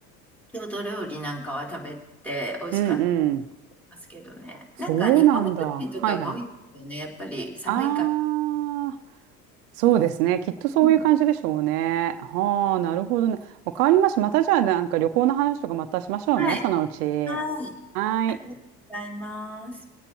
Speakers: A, in the centre; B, on the right (about 75°).
A: 郷土料理なんかは食べて美味しかった
B: うんうん。
A: ますけどね。
B: そうなんだ。
A: なんか煮込み料理とかが多いですよね。
B: はいはい。
A: やっぱり寒いから。
B: ああ、そうですね。きっとそういう感じでしょうね。
A: うん
B: はあ、なるほどね。わかりました。またじゃあ、なんか旅行の話とかまたしましょうね、
A: はい。
B: そのうち。
A: はい。
B: はい。
A: ありがとうございます。